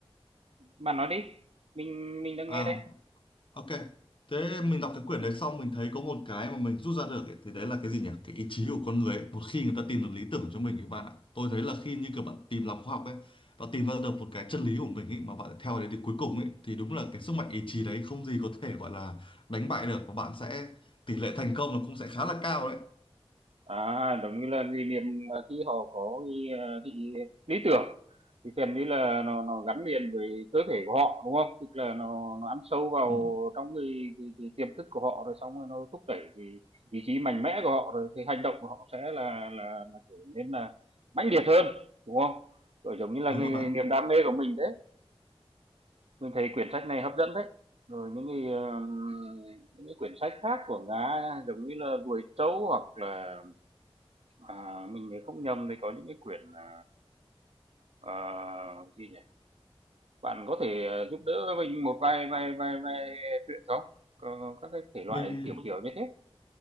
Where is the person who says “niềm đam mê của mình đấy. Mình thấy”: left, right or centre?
Right